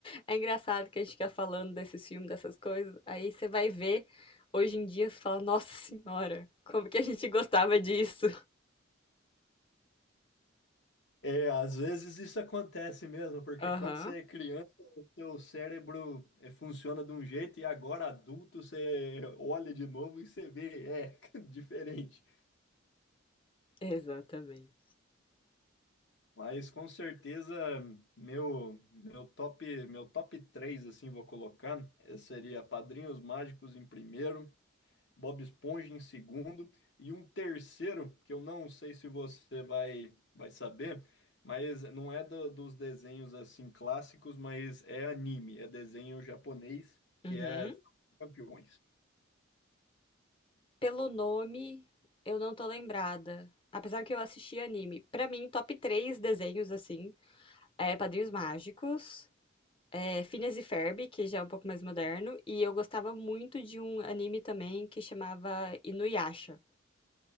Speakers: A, on the left; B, on the left.
A: É engraçado que a gente fica falando desses filmes, dessas coisas, aí você vai ver hoje em dia, você fala, nossa senhora, como que a gente gostava disso?
B: É, às vezes isso acontece mesmo, porque
A: Aham,
B: quando você é criança, seu cérebro eh, funciona de um jeito e agora adulto você olha de novo e você vê, é <laughs> diferente.
A: exatamente.
B: Mas com certeza meu meu top meu top três assim vou colocar, eh, seria Padrinhos Mágicos em primeiro, Bob Esponja em segundo e um terceiro que eu não sei se você vai vai saber, mas não é do- dos desenhos assim clássicos, mas é anime, é desenho japonês que
A: Uhum.
B: é Campeões.
A: Pelo nome, eu não tô lembrada. Apesar que eu assisti anime. Pra mim, top 3 desenhos, assim, é Padrinhos Mágicos, é Phineas e Ferb, que já é um pouco mais moderno, e eu gostava muito de um anime também que chamava Inuyasha.